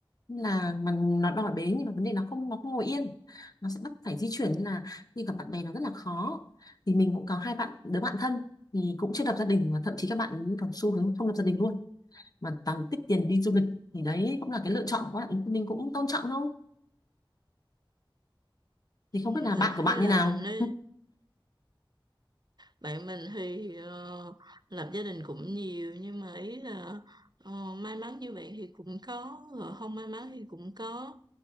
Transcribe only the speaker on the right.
Ừ.
Ừ,
Mình
thấy
là
nên bạn mình thì ờ, lập gia đình cũng nhiều nhưng mà ý là ờ, may mắn như bạn thì cũng có rồi không may mắn thì cũng có